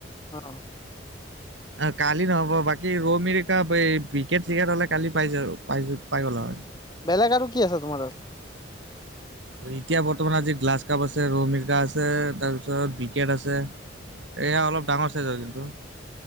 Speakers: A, on the left; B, on the right.
A: অ
B: অ কালি নহ'ব বাকী ৰৌ মিৰিকা এই বিকেট চিকেট হলে কালি পাই যাব পাই গল হয়
A: বেলেগ আৰু কি আছে তোমাৰ তাত
B: এতিয়া বৰ্তমান আজি গ্লাছ কাপ আছে ৰৌ মিৰিকা আছে তাৰপিছত বিকেট আছে এয়া অলপ ডাঙৰ চাইজ আৰু কিন্তু